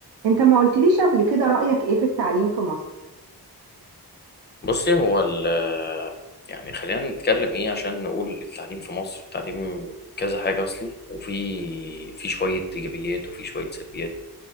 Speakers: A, on the right; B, on the left.
A: انت ما قلتليش قبل كده رأيك ايه في التعليم في مصر
B: بصي هو ال يعني خلينا نتكلم ايه عشان نقول التعليم في مصر التعليم كذا حاجة أصلي وفي في شوية إيجابيات وفي شوية سلبيات